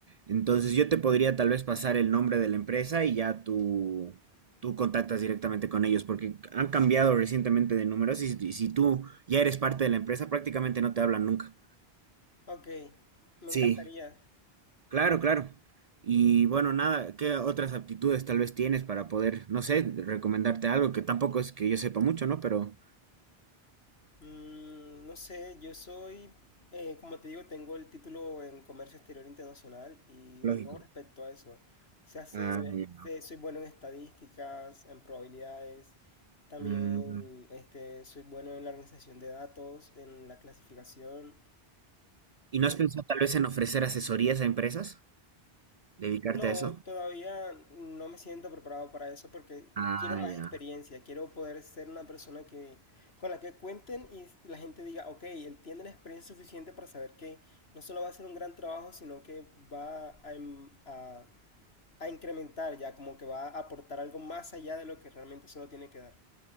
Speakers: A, on the right; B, on the left.
A: Entonces yo te podría tal vez pasar el nombre de la empresa y ya tú, tú contactas directamente con ellos, porque han cambiado recientemente de números y, si y si tú ya eres parte de la empresa prácticamente no te hablan nunca.
B: Ok, me
A: Sí,
B: encantaría.
A: Claro, claro. Y bueno, nada, ¿qué otras aptitudes tal vez tienes para poder, no sé, recomendarte algo que tampoco es que yo sepa mucho, ¿no? Pero
B: Mm, no sé, yo soy, eh, como te digo, tengo el título en Comercio Exterior Internacional y
A: lógico.
B: todo respecto a eso. Se hace,
A: Ah, ya.
B: este, soy bueno en estadísticas, en probabilidades, también
A: Mm,
B: este, soy bueno en la organización de datos, en la clasificación.
A: ¿Y no has pensado tal vez en ofrecer asesorías a empresas? ¿Dedicarte
B: No,
A: a eso?
B: todavía no me siento preparado para eso porque
A: Ah,
B: quiero más
A: ya.
B: experiencia, quiero poder ser una persona que con la que cuenten y la gente diga, ok, él tiene la experiencia suficiente para saber que no solo va a hacer un gran trabajo, sino que va a, em- a- a incrementar ya, como que va a aportar algo más allá de lo que realmente solo tiene que dar.